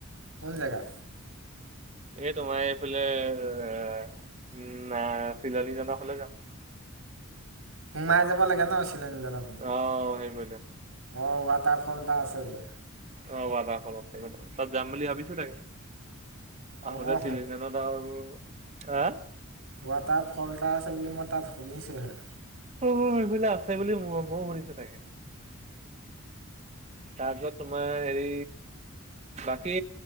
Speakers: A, on the right; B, on the right.
A: কোন জেগা?
B: এ তোমাৰ এইফালে উম, নাই চিলানী জানা হলে জান
A: সোমাই যাব লাগে ন। চিলনীজনৰ
B: অ, সেইব
A: অ, ৱাটাৰ ফল এটা আছে যে।
B: অ, ব তাত যাম বুলি ভাবিছো তাকে। আহোতে
A: অঁ মই
B: চিলিজানত আৰু হা
A: ৱাটাৰ ফল এটা আছে বুলি মই তাত শুনিছোহে।
B: অ সেইবিলাক আছে বুলি ময়ো শুনিছো তাকে। তাৰপিছত তোমাৰ হেৰি বাকী